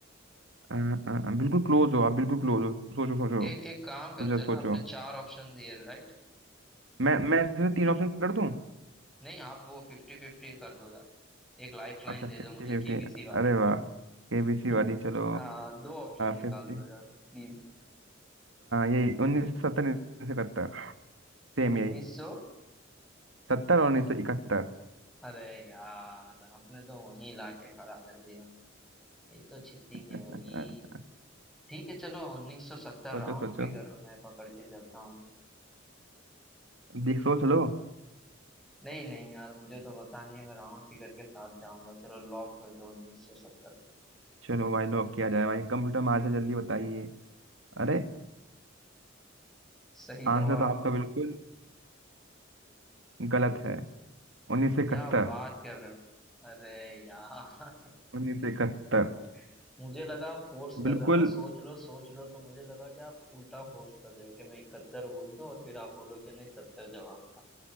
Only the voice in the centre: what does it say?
एक एक काम करते
हैं
ना आपने चार ऑप्शन दिए राइट
नहीं आप वो फिफ्टी फिफ्टी कर दो यार एक लाइफ लाइन
दे
दो मुझे
केबीसी वाली
<laughs>
आ, दो ऑप्शन निकाल
दो यार प्लीज
उन्नीस
सौ
अरे यार आपने तो वहीं लाके खड़ा कर दिया ये तो चीटिंग
है भाई ठीक है चलो 1970
राउंड फिगर में पकड़ के चलता हूँ
नहीं नहीं यार मुझे तो पता नहीं है मैं राउंड फिगर के साथ जाऊंगा चलो लॉक कर दो 1970 का
सही जवाब
क्या बात कर रहे हो अरे यार
<laughs> मुझे लगा आप फोर्स कर
रहे हो ना सोच लो सोच लो तो मुझे लगा कि आप उल्टा फोर्स कर रहे हो कि मैं इकहत्तर बोल दूं और फिर आप बोलो कि नहीं सत्तर जवाब था